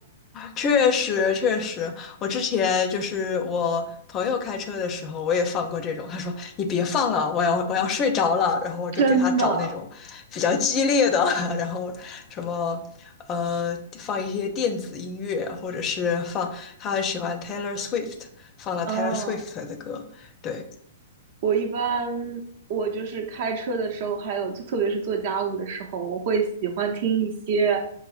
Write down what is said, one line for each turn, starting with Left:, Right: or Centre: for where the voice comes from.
Left: 确实确实，我之前就是我朋友开车的时候，我也放过这种，他说你别放了，我要我要睡着了，然后我就给他找那种比较激烈的，
Right: <laughs> 真的，
Left: <laughs> 然后什么呃放一些电子音乐，或者是放他喜欢 Taylor Swift，放了
Right: 嗯。
Left: Taylor Swift 的歌，对，
Right: 我一般我就是开车的时候，还有特别是做家务的时候，我会喜欢听一些